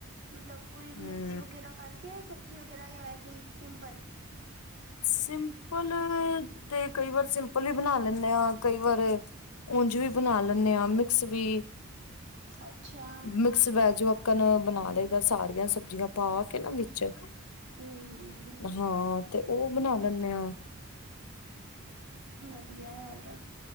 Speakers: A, on the right; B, on the left.
A: ਮਤਲਬ ਪੂਰੀ
B: ਹੂੰ
A: ਮਿਕਸ ਵਗੈਰਾ ਕਰ ਕੇ ਸਬਜ਼ੀ ਵਗੈਰਾ ਯਾ ਵੈਸੀ ਹੀ ਸਿੰਪਲ।
B: ਸਿੰਪਲ ਤੇ ਕਈ ਵਾਰ ਸਿੰਪਲ ਹੀ ਬਣਾ ਲੈਂਨੇ ਆਂ, ਕਈ ਵਾਰ ਉਂਝ ਵੀ ਬਣਾ ਲੈਂਨੇ ਆਂ। ਮਿਕਸ ਵੀ
A: ਅੱਛਾ
B: ਮਿਕਸ ਵੈਜ ਵਾਕਣ ਬਣਾ ਲਈਦੈ ਸਾਰੀਆਂ ਸਬਜ਼ੀਆਂ ਪਾ ਕੇ ਨਾ ਵਿੱਚ।
A: ਹਮ ਹਮਮ
B: ਹਾਂ ਤੇ ਉਹ ਬਣਾ ਲੈਣੇ ਆਂ।
A: ਵਧੀਆ ਔਰ।